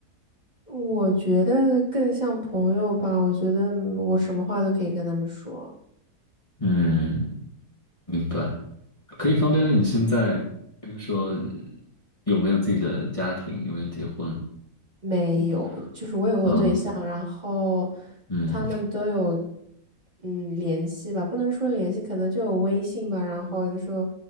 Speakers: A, on the right; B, on the left.
A: 我觉得更像朋友吧，我觉得我什么话都可以跟他们说，
B: 嗯，明白。可以方便问你现在，
A: 对。
B: 比如说有没有自己的家庭，有没有结婚？
A: 没有，
B: 嗯，
A: 就是我有我对象，
B: 啊，
A: 然后
B: 嗯
A: 他们都有嗯联系吧，不能说联系，可能就有微信吧。然后有的时候